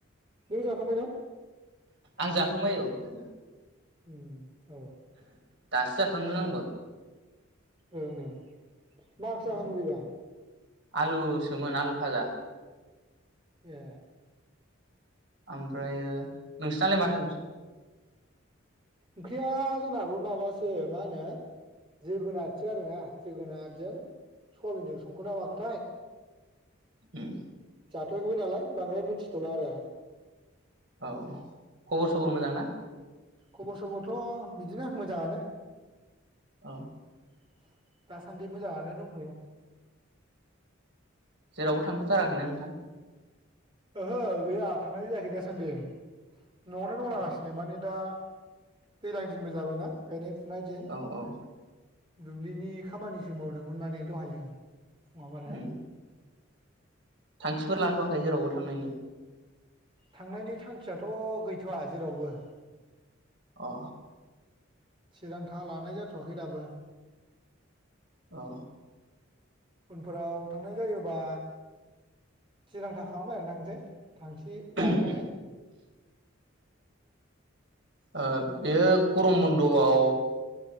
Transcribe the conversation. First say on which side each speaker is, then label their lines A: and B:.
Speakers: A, on the right (about 25°); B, on the right (about 60°).
A: नों जाखांबाय ना?
B: आं जाखांबाय औ लोगो
A: उम औ
B: दासो जाखांदों आंबौ <inaudible>
A: ए नो‌ मा ओंख्रि जाखांखो‌
B: औ
A: बेबा
B: आलुसोमोन आलु फाजा
A: ए
B: ओमफ्रायो नोंस्लालाय माथों ओंख्रि?
A: ओंख्रिया जोंनाबो माबासो मा होनो जोगोनारसो आरोना जोगोनारजों सयाबिनजों संखो ना माखोथाय
B: उम
A: जाथआखैबो नालाय बांद्राय मोनथिथला आरो आ
B: औ खबर सबर मोजां ना?
A: खबर सबरथ बिदिनो मोजांङानो
B: औ
A: <inaudible> मोजाङानो दंथ'यो
B: जेरावबो थांथथारा खैना नोंथां
A: ओहो गैया थांनाय जायाखै दासान्दि नआवनो
B: अ
A: दंलागासिनो माने दा दैज्लां दिनबो जाबायना गायनाय फुनाय दिन
B: औ औ
A: दुब्लिनि खामानिसो मावदोंमोन माने दहायो। फुङाव आरो
B: उम थांखिफोर लाथवाखै जेरावबो थांनायनि?
A: थांनायनि थांखियाथ गैथवा जेरावबो।
B: अ
A: थिरांथा लानाय जाथवाखै दाबो।
B: औ
A: उनफोराव थांनाय जायोबा थिरांथा खालामलायनानै थांनोसै। थांखि लालायनानै
B: उम ओ बेयो गरम बन्दआव